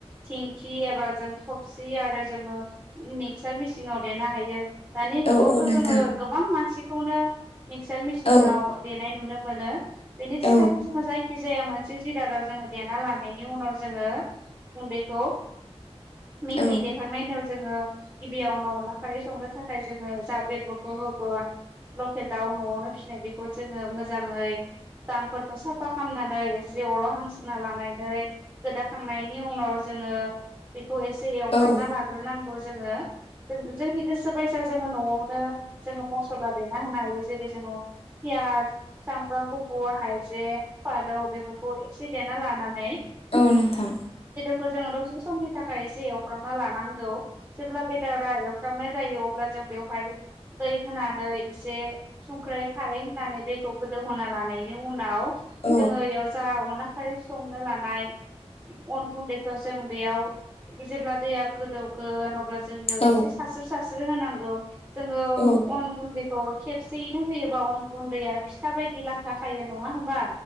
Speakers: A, on the right (about 20°); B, on the left (about 60°).
A: दिंखि एबा जों थबसि आरो जोंङो मिक्सार मिसिन आव देरनो हायो दानि
B: औ
A: जुगावथ'
B: नोंथां
A: जोंङो गोबां मानसिखौनो मिक्सार मिसिनाव
B: औ
A: देनाय नुनो मोनो बेनि
B: औ
A: थाखायनो जोंङो जायखि जाया मोनसे जिरादाव जोंङो देना लानायनि उनाव जोंङो गुनदैखौ मिहि
B: औ
A: देखांनाय उनाव जोंङो गिबियावनो अनला खारै संनो थाखाय जोंङो जा बेदरखौ होगोन लकेल दाउ न'आवनो फिसिनाय बेखौ जोंङो मोजाङै गांफोरखौ साफा खालामनानै एसे अराव हांस्रोना लानानै गोदाखांनायनि उनाव जोंङो बेखौ एसे एवफ्रामना
B: औ
A: लाग्रोनांगौ जोंङो जों जोंनि गोसो बायसा जोंङो न'आवनो जोंङो मसला देना होनो हायो जेरै जोंङो पियास सामब्राम गुफुर हायजें फालौ बेफोरखौ एसे देना लानानै
B: औ नोंथां
A: खौ जोंङो दसे समनि थाखाय एसे एवफ्रामना लानांगौ जेब्ला बेदरा एवफ्रामनाय जायो अब्ला जों बेहाय दै होनानै एसे संख्रै खारै होनानै दैखौ गोदौहोना ला नायनि उनाव
B: औ
A: जोंङो बेयाव जा अनलाखारै संनो लानाय अन गुन्दैखौ जों बेयाव जेब्ला दैया गोदौगोन अब्ला जोंनियाव
B: औ
A: एसे सास्रो सास्रो होनांगौ जोंङो
B: औ
A: अन गुन्दै खौ खेबसेयैनो होयोबा अन गुन्दैया फिथा बायदि ला लाथा खायो नंङा होनबा